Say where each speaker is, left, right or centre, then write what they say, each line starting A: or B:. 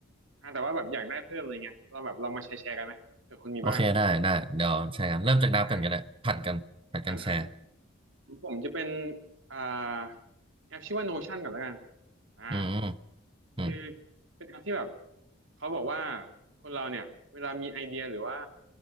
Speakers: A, on the right; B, on the right.
A: อ่าแต่ว่าแบบอยากได้เพิ่มอะไรเงี้ยเราแบบลองมาแชร์แชร์กันไหมเผื่อคุณมีบ้าง
B: โอเคได้ได้เดี๋ยวแชร์กันเริ่มจากนับกันก็ได้ผัดกันผัดกันแชร์
A: อ่าอ่าได้ ผมจะเป็นอ่าแอปชื่อว่า Notion ก่อนแล้วกันอ่า
B: อืมอืม
A: คือเป็นแอปที่แบบเขาบอกว่าคนเราเนี่ยเวลามีไอเดียหรือว่า